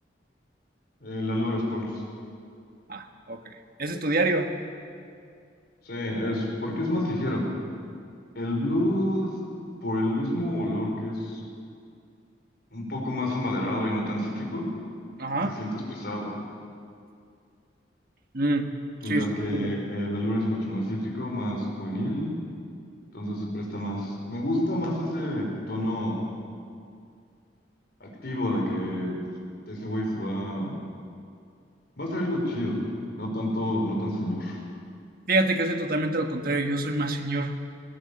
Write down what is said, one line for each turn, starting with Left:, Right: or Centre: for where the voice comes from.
Left: el Allure Sports.
Right: Ah, ok. ¿Ese es tu diario?
Left: Sí, es porque es más ligero. El blues, por el mismo olor que es un poco más amaderado y no tan cítrico,
Right: Ajá.
Left: te sientes pesado.
Right: Mm, sí,
Left: Mientras
Right: sí,
Left: que
Right: entiendo.
Left: eh, el Alur es mucho más cítrico, más juvenil, entonces se presta más. Me gusta más ese tono activo de que pues, ese güey se va, va a hacer algo chido, no tanto, no tan señor,
Right: Fíjate que soy totalmente lo contrario. Yo soy más señor.